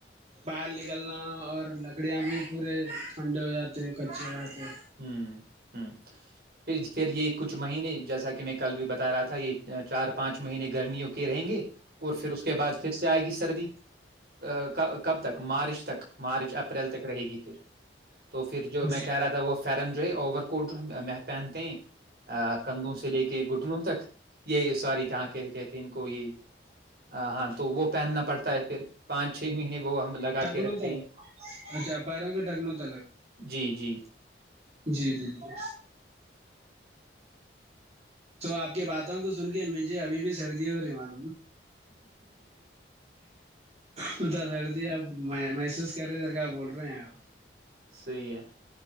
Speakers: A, on the right; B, on the right.
A: بر نکلنا اور لگ لکڑیاں بھی پورے ٹھنڈے ہو جاتے کچے ہو جاتے
B: ہ ہ پھر پھر یہ کچھ مہینے جیسا کہ میں کل بھی بتا رہا تھا یہ چار <unintelligible> پانچ مہینے گرمیوں کی رہیں گے اور پھر اس کے بعد پھر سے آئے گی سردی ک <unintelligible> کب تک مارچ تک مارچ اپریل تک رہے گی پھر تو پھر جو میں
A: جی
B: کہہ رہا تھا وہ فرنجوئی اوور <unintelligible> کوٹ جو ہم پہنتے ہیں <unintelligible> ا کندوں سے لے کے گٹلوں تک یہ سور کہاں کہ کہتے ہیں ان کو یہی ہاں تو وہ پہننا پڑتا ہے پھر پانچ چھ مہینے وہ ہم لگا
A: ٹکن
B: کے رکھتے
A: تو الگ
B: ہیں
A: اچھا پیروں کے ٹکنوت الگ
B: جی جی
A: جی جی جی <inaudible> تو آپ کی باتوں کو سن کے مجھے ابھی بھی سردی ہو رہیمات پتا سڑتی آپ میں محسوس کر رہے در کاا بول رہے ہیں آپ
B: صحیح ہے